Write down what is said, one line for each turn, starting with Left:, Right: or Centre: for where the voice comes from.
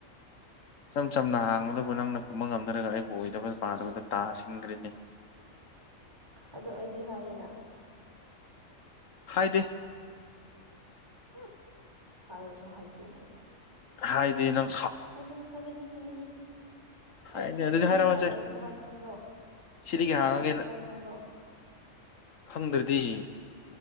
Left: ꯏꯆꯝ ꯆꯝꯅ ꯍꯥꯡꯕꯗ <unintelligible> ꯅꯪꯅ ꯈꯨꯝꯕ ꯉꯝꯗ ꯅꯔꯒ ꯑꯩꯕꯨ ꯑꯣꯏꯗꯕ ꯄꯥꯗꯕꯗ ꯇꯥꯁꯤꯟꯈ꯭ꯔꯦꯅꯦ
Right: ꯑꯗꯣ ꯑꯩꯗꯤ ꯍꯥꯏꯌꯦꯅ
Left: ꯍꯥꯏꯗꯦ
Right: ꯍꯪ ꯍꯥꯟꯅꯁꯨ ꯍꯥꯏꯇꯦꯅꯦ
Left: ꯍꯥꯏꯗꯤ ꯑꯗꯨꯝ
Right: ꯍꯥꯏꯕꯅꯤ ꯍꯥꯏꯕꯅꯤ ꯍꯥꯏꯕꯅꯤ
Left: ꯍꯥꯏꯅꯦ
Right: ꯑꯩ
Left: ꯑꯗꯨꯗꯤ
Right: ꯑꯩ
Left: ꯍꯥꯏꯔꯛꯑꯣꯁꯦ
Right: ꯁꯥꯎꯋꯤ ꯅꯪ ꯀꯃꯥꯏꯅ ꯈꯪꯕ꯭ꯔꯣ
Left: ꯁꯤꯗꯒꯤ
Right: ꯑꯩ ꯁꯥꯎꯋꯤ
Left: ꯍꯥꯡꯉꯒꯦꯅ
Right: ꯅꯪ ꯀꯃꯥꯏ ꯈꯪꯕ꯭ꯔꯣ
Left: ꯈꯪꯗ꯭ꯔꯗꯤ